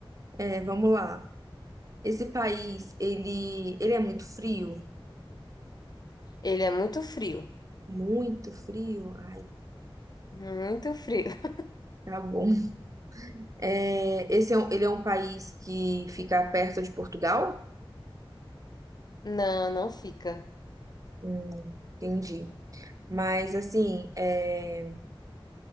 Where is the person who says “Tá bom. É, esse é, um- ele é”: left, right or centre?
Right